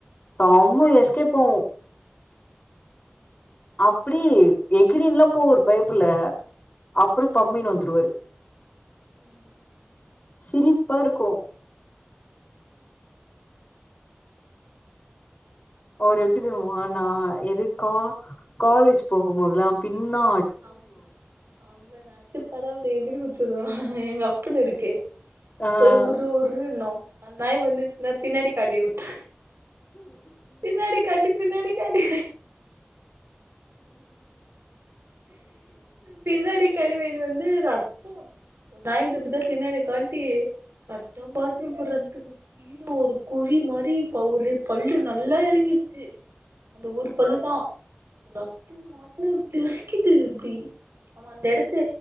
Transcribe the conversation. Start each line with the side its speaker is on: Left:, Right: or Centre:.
Left: செம்ம எஸ்கேப் ஆவு அப்டி
Right: ம்
Left: எகிரின்ல்லா போவாரு பயப்புள்ள அப்றோ பம்பின்னு வந்துருவாரு
Right: ம் ம் ம்
Left: சிரிப்பா இருக்கு அவரு எப்டி தெரிமா நா எது கா காலேஜ் போகுபோதுதா பின்னா
Right: அவ் அவ்வனாச்சு பரவால எகுரி குச்ஓடுவா எங்க அப்பன்னு இருக்கே
Left: ஆ
Right: போய் உர்ரு உர்ருன்னு அந் நாய் வந்துச்னா பின்னாடி காட்டி வுட் பின்னாடி காட்டு பின்னாடி காட்டு பின்னாடி கடிவேங்ட்டு வந்து ரத்தோ ஒரு நாய் கிட்ட இப்டிதா பின்னாடி காட்டி கர்ட்டா பாத்ரூம் போட்ற எட்த்துக்கு கிழ ஒரு குழி மாரி பவுரு பல்லு நல்லா எறங்கிச்சு அந்த ஒரு பல்லுதா ரத்தோ மாட்னு தெரிக்குது இப்டி ஆமா அந்த எடத்து